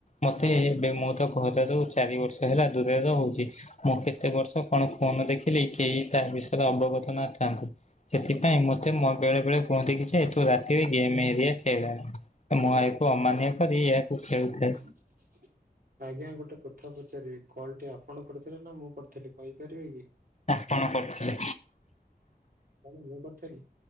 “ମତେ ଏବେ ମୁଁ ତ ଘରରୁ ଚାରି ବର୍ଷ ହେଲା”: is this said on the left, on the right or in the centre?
Left